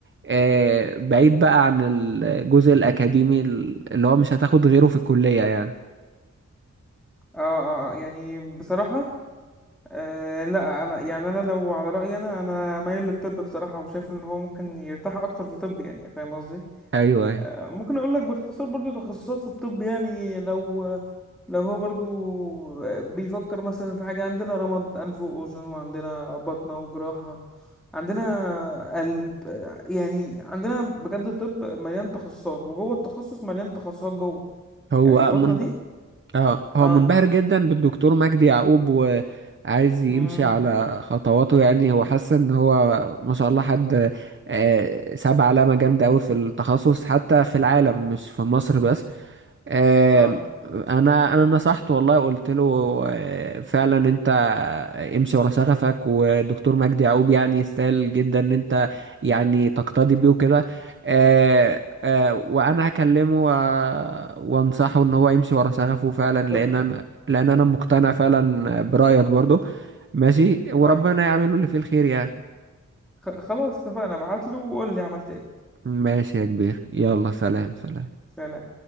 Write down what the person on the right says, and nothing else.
آه، بعيد بقى عن الجزء الأكاديمي اللي هو مش هتاخد غيره في الكلية يعني
ايوه ايوه
هو
من...
آه هو
منبهر جدا بالدكتور مجدي يعقوب وعايز يمشي
على خطواته يعني هو حاسس ان هو ما شاء الله حد آه، ساب علامة جامدة قوي في التخصص حتى في العالم مش في مصر بس آم،
انا انا نصحته والله قلت له آه، فعلا انت امشي ورا شغفك ودكتور مجدي يعقوب يعني يستاهل جدا ان انت يعني تقتدي بيه وكده آه، آه، وانا هكلمه و- وانصحه ان هو يمشي ورا شغفه فعلا
لان انا لان انا مقتنع فعلا برأيك برضو ماشي وربنا
يعمله اللي فيه الخير يعني
ماشي يا كبير يلا سلام سلام